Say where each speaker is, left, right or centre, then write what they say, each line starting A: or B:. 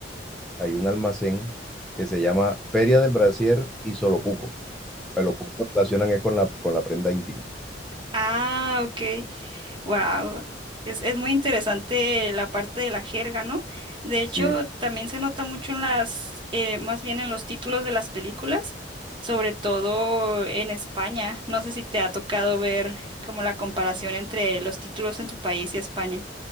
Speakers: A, in the centre; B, on the right.
A: hay un almacén que se llama Feria del Brasier y Solo Cuco. Pues los cucos lo relacionan es con la, con la prenda íntima.
B: Ah, ok, wow. Es, es muy interesante la parte de la jerga, ¿no? De hecho,
A: Sí,
B: también se nota mucho en las, eh, más bien en los títulos de las películas, sobre todo en España. No sé si te ha tocado ver como la comparación entre los títulos en tu país y España.